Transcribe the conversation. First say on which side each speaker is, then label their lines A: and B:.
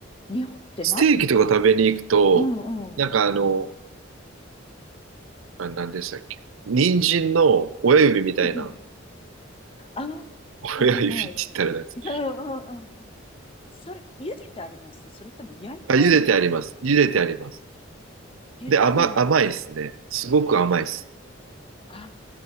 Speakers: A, on the left (about 25°); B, on the right (about 90°).
A: 日本って何
B: ステーキとか食べに行くと、
A: うんうん。うん
B: なんかあの、あ、何でしたっけ。人参の親指みたいな、
A: うん。あ
B: <laughs> 親指って言ったらなんです。
A: あ、はいはい。うんうんうんうん。それ、茹でてありますそれとも焼いてある方
B: あ、茹でてあります。茹でてあります。
A: 茹でなんだ。
B: で、甘、甘いですね。すごく甘いです。
A: あ